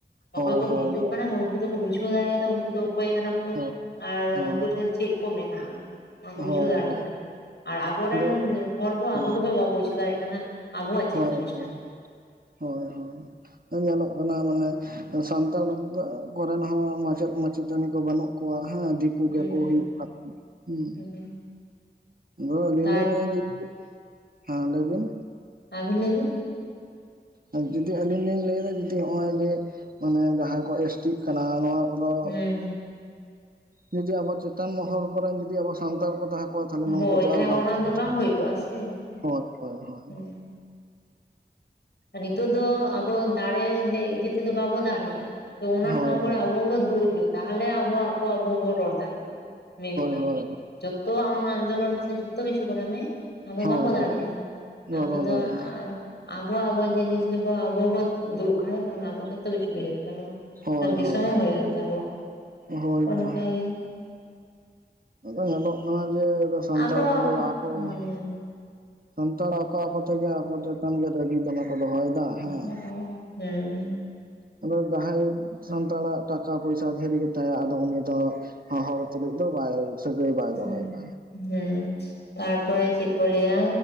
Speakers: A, on the left (about 70°); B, on the right (about 55°).
A: ᱚᱠᱚᱭ
B: ᱦᱳᱭ
A: ᱠᱚ
B: ᱦᱳᱭ
A: ᱦᱤᱡᱩᱜ
B: ᱦᱳᱭ
A: ᱠᱟᱱᱟ ᱩᱱᱠᱩ ᱫᱚᱠᱚ ᱵᱩᱡᱩ ᱵᱩᱡᱷᱟᱹᱣ ᱫᱟᱲᱮᱭᱟᱫᱟ ᱩᱱᱠᱩ ᱫᱚ ᱚᱠᱚᱭ ᱠᱟᱱᱟ ᱠᱚ,
B: ᱦᱳᱭ
A: ᱟᱨ
B: ᱦᱳᱭ
A: ᱩᱱᱠᱩ ᱴᱷᱮᱱ ᱪᱮᱫ ᱠᱚ ᱢᱮᱱᱟᱜᱼᱟ᱾ ᱚᱱᱟ ᱠᱚ
B: ᱦᱳᱭ
A: ᱵᱩᱡᱷᱟᱹᱣ ᱫᱟᱲᱮᱭᱟᱜ
B: ᱦᱳᱭ
A: ᱠᱟᱱᱟ ᱟᱨ ᱟᱵᱚᱨᱮᱱ
B: ᱟᱫᱚ
A: ᱦᱚᱲ ᱫᱚ
B: ᱦᱮᱸ
A: ᱟᱵᱚ ᱵᱟᱵᱚ ᱵᱩᱡᱷᱟᱹᱣ ᱫᱟᱲᱮᱭᱟᱜ ᱠᱟᱱᱟ᱾ ᱠᱟᱱᱟ ᱟᱵᱚᱣᱟ ᱪᱮᱫ
B: ᱦᱳᱭ
A: ᱡᱤᱱᱤᱥ?
B: ᱦᱳᱭ, ᱦᱳᱭ ᱦᱳᱭ ᱧᱮᱞᱚᱜ ᱠᱟᱱᱟ ᱢᱟᱱᱮ ᱥᱟᱱᱛᱟᱲ ᱠᱚᱨᱮᱱ ᱦᱚᱸ ᱢᱟᱪᱮᱫ ᱢᱟᱪᱮᱛᱟᱹᱱᱤ ᱠᱚ ᱵᱟᱹᱱᱩᱜ ᱠᱚᱣᱟ᱾ ᱦᱮᱸ ᱫᱤᱠ <unintelligible>
A: ᱦᱩᱸ ᱦᱩᱸ ᱦᱩᱸ
B: ᱟᱫᱚ ᱟᱹᱞᱤᱧ
A: ᱛᱟᱨ
B: ᱞᱤᱧ ᱞᱟᱹᱭᱟ ᱡᱩᱫᱤ <inaudible> ᱦᱮᱸ ᱞᱟᱹᱭ ᱵᱤᱱ?
A: ᱟᱵᱤᱱ ᱞᱟᱹᱭ ᱵᱤᱱ?
B: ᱟᱨ ᱡᱩᱫᱤ ᱟᱹᱞᱤᱧ ᱞᱤᱧ ᱞᱟᱹᱭᱫᱟ ᱡᱩᱫᱤ ᱦᱸᱚᱜᱼᱚᱭ ᱡᱮ ᱢᱟᱱᱮ ᱡᱟᱦᱟᱸᱭ ᱠᱚ ᱮᱥ- ᱴᱤ ᱠᱟᱱᱟ ᱱᱚᱣᱟ ᱠᱚᱫᱚ,
A: ᱦᱩᱸ
B: <inaudible> ᱡᱩᱫᱤ ᱟᱵᱚ ᱪᱮᱛᱟᱱ ᱢᱚᱦᱚᱞ ᱠᱚᱨᱮᱱ ᱡᱩᱫᱤ ᱟᱵᱚ ᱥᱟᱱᱛᱟᱲ ᱠᱚ ᱛᱟᱦᱮᱸ ᱠᱚᱜᱼᱟ, ᱛᱟᱦᱚᱞᱮ
A: ᱦᱩᱸ
B: ᱱᱚᱝᱠᱩ
A: ᱦᱳᱭ
B: ᱛᱚ
A: ᱛᱟᱦᱚᱞᱮ
B: ᱟᱨ ᱵᱟᱝ
A: ᱚᱱᱟ ᱫᱚ ᱦᱩᱭ ᱠᱚᱜᱼᱟ
B: <inaudible>
A: ᱥᱮ
B: ᱦᱳᱭ ᱦᱳᱭ ᱦᱳᱭ
A: ᱦᱩᱸ
B: ᱦᱳᱭ᱾
A: ᱱᱤᱛᱚᱜ ᱫᱚ ᱟᱵᱚ ᱫᱟᱲᱮ ᱫᱮ ᱤᱭᱟᱹ ᱛᱮᱫᱚ ᱵᱟᱵᱚ ᱫᱟᱲᱮᱜᱼᱟ᱾ ᱛᱚ ᱚᱱᱟ
B: ᱦᱳᱭ
A: ᱴᱷᱟᱶ ᱠᱚᱨᱮ
B: ᱦᱳᱭ
A: ᱟᱵᱚ ᱜᱮ ᱫᱩᱲᱩᱵ ᱦᱩᱭᱩᱜ ᱛᱟᱦᱚᱞᱮ ᱟᱵᱚᱣᱟᱜ ᱵᱚ ᱟᱵᱚᱵᱚᱱ ᱨᱚᱲ ᱫᱟᱲᱮᱭᱟᱜᱼᱟ᱾ ᱢᱮᱱᱫᱟ,
B: ᱦᱳᱭ
A: ᱡᱚᱛᱚᱣᱟᱜ ᱟᱢ ᱟᱱᱫᱳᱞᱚᱱ ᱢᱮᱥᱮ ᱡᱷᱚᱛᱚ ᱠᱤᱪᱩ ᱠᱚᱨᱟᱣ ᱢᱮ, ᱟᱵᱚ
B: ᱦᱳᱭ
A: ᱵᱟᱵᱚ
B: ᱦᱳᱭ
A: ᱫᱟᱲᱮᱜᱼᱟ,
B: ᱦᱳᱭ ᱵᱟᱵᱚ
A: ᱟᱵᱚ ᱫᱚ
B: ᱫᱟᱲᱮᱭᱟᱜᱼᱟ
A: ᱟᱨ ᱟᱵᱚᱣᱟᱜ ᱟᱵᱚ ᱡᱤᱱᱤᱥ ᱜᱮ ᱵᱚ ᱟᱵᱚ ᱵᱚ ᱫᱩᱲᱩᱵ ᱠᱷᱟᱡ ᱛᱟᱦᱚᱞᱮ ᱟᱵᱚ ᱡᱷᱚᱛ ᱛᱚ ᱠᱤᱪᱷᱩ ᱜᱮ ᱦᱩᱭᱩᱜ ᱛᱟᱢᱟ,
B: ᱦᱳᱭ
A: ᱴᱟᱝ ᱫᱤᱥᱚᱢ
B: ᱦᱳᱭ
A: ᱦᱚᱸ ᱦᱩᱭᱩᱜ ᱛᱟᱵᱚᱣᱟ
B: ᱦᱳᱭᱛᱚ
A: ᱚᱱᱠᱟ ᱜᱮ᱾
B: ᱟᱫᱚ ᱧᱮᱞᱚᱜ ᱠᱟᱱᱟ ᱡᱮ ᱟᱫᱚ ᱥᱟᱱᱛᱟᱲ
A: ᱟᱵᱚ
B: ᱠᱚᱫᱚ ᱟᱠᱚ
A: ᱦᱩᱸ
B: ᱦᱳᱭ ᱥᱟᱱᱛᱟᱲ ᱟᱠᱚ ᱟᱠᱚ ᱛᱮᱜᱮ ᱟᱠᱚ ᱪᱮᱛᱟᱱ ᱜᱮ ᱨᱟᱹᱜᱤ ᱫᱚᱢᱮᱠᱚ ᱫᱚᱦᱚᱭᱮᱫ ᱫᱟ᱾ ᱦᱮᱸ,
A: ᱦᱩᱸ
B: ᱦᱮᱸ᱾ ᱟᱫᱚ ᱡᱟᱦᱟᱸᱭ ᱥᱟᱱᱛᱟᱲᱟᱜ ᱴᱟᱠᱟ-ᱯᱚᱭᱥᱟ ᱫᱷᱮᱨ ᱜᱮᱛᱟᱭᱟ ᱟᱫᱚ ᱩᱱᱤ ᱫᱚ ᱦᱚ-ᱦᱚᱲᱚ ᱛᱩᱞᱩᱡ ᱫᱚ ᱵᱟᱭ ᱥᱟᱹᱜᱟᱹᱭ ᱵᱟᱭ
A: ᱦᱮᱸ,
B: ᱫᱚᱦᱚᱭᱮᱫᱟ
A: ᱦᱮᱸᱛᱟᱨᱯᱚᱨᱮ ᱪᱮᱫ ᱠᱚ ᱞᱟᱹᱭᱟ